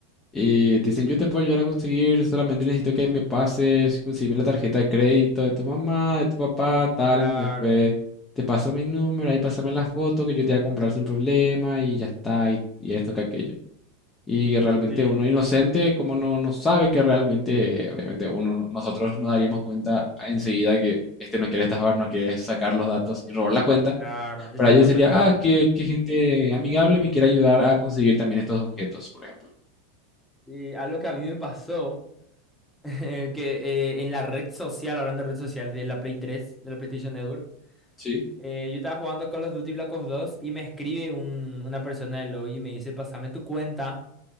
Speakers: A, on the left; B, in the centre.
A: Y te dicen, yo te puedo ayudar a conseguir, solamente necesito que me pases, conseguirme la tarjeta de crédito de tu mamá, de tu papá, tal.
B: Claro,
A: Después te paso mi número, ahí pásame la foto que yo te voy a comprar sin problema y ya está, y, y esto que aquello. Y realmente
B: sí,
A: uno inocente, como no, no sabe que realmente, obviamente uno, nosotros nos daríamos cuenta enseguida que este no quiere estafar, no quiere sacar los datos y robar la cuenta.
B: claro, ya
A: Para
B: tenemos
A: ellos sería,
B: experiencia.
A: ah, qué, qué gente amigable me quiere ayudar a conseguir también estos objetos, por ejemplo.
B: Y algo que a mí me pasó, <laughs> eh, que eh, en la red social, hablando de red social de la Play 3 de la PlayStation Network,
A: Sí.
B: eh, yo estaba jugando Call of Duty Black Ops dos y me escribe un- una persona del lobby y me dice, pasame tu cuenta,